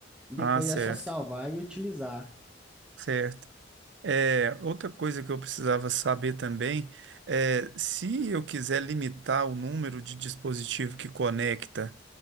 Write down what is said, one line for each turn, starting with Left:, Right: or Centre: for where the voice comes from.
Centre: E depois
Right: Ah, certo,
Centre: é só salvar e utilizar.
Right: certo. É, outra coisa que eu precisava saber também é se eu quiser limitar o número de dispositivo que conecta.